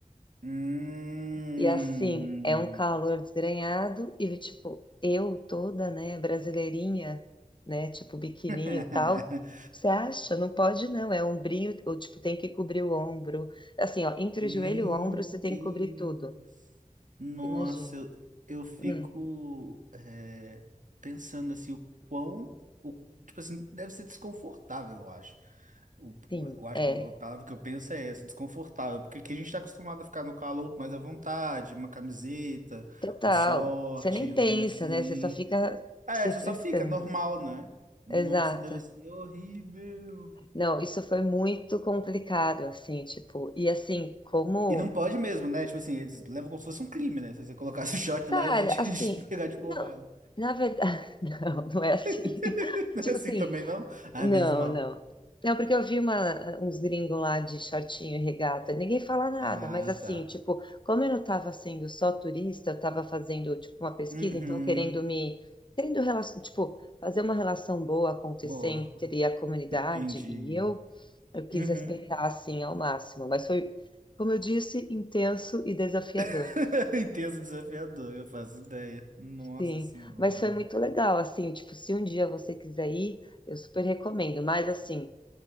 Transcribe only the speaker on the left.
E assim, é um calor desgrenhado e tipo, eu toda, né, brasileirinha, né, tipo biquininho
e tal. Você acha? Não pode não, é ombrinho, ou tipo, tem que cobrir o ombro. Assim, ó, entre
o joelho e o ombro você tem
que cobrir tudo.
Imagina.
Hum,
sim,
é.
Total.
Você nem pensa,
né? Você só fica
se
frescando.
Exato.
Não, isso foi muito complicado, assim, tipo, e assim, como
Cara,
assim,
não,
na verdade, <laughs> não, não é assim.
<laughs>
Tipo
assim,
não,
não. Não, porque eu vi uma, uns gringos lá de shortinho e regata, ninguém fala nada,
mas assim,
tipo, como eu não estava sendo só turista, eu estava fazendo, tipo, uma pesquisa,
então querendo me, querendo, rela- tipo, fazer uma relação boa acontecer
entre a comunidade
e eu, eu quis
respeitar, assim, ao máximo, mas foi, como eu disse, intenso e desafiador.
Sim,
mas foi muito legal, assim, tipo, se um dia você quiser ir, eu super recomendo. Mas assim,